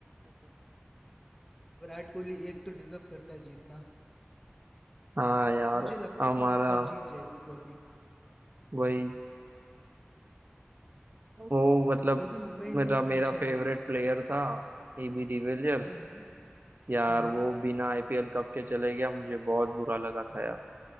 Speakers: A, in the centre; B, on the right.
A: विराट कोहली एक तो डिजर्व करता है जीतना
B: हाँ यार
A: मुझे लगता
B: हमारा
A: है कि इस बार जीत जाएगी ट्रॉफी
B: वही वो मतलब
A: वैसे मुंबई इंडियंस
B: मेरा मेरा
A: भी अच्छा
B: फेवरेट
A: खेल रही है
B: प्लेयर था एबी डिविलियर्स
A: हम्म हम्म
B: यार
A: हाँ हाँ
B: वो बिना आईपीएल कप के चले गया मुझे बहुत बुरा लगा था यार